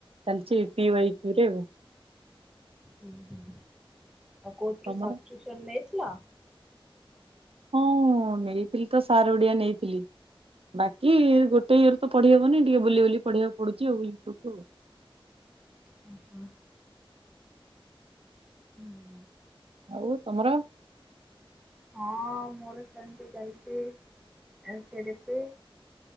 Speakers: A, on the right; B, in the centre.
A: ଚାଲିଛି ପିୱାଇକ୍ୟୁ ରେ ଆଉ
B: ହୁଁ ହୁଁ ଆଉ କୋଉଥିରେ
A: ତମର?
B: ସବସ୍କ୍ରିପସନ ନେଇଥିଲ?
A: ହଁ ନେଇଥିଲି ତ ସାର ଓଡିଆ ନେଇଥିଲି। ବାକି ଗୋଟେ ଇଏ ରୁ ତ ପଢି ହବନି ଟିକେ ବୁଲି ବାଲି ପଢିବାକୁ ପୁଡୁଛି ଆଉ ୟୁୁଟୁବ ରୁ।
B: ହୁଁ ହୁଁ। ହୁଁ
A: ଆଉ ତମର?
B: ହଁ ମୋର ସେମିତି ଚାଲିଛି ଏସିଡିପି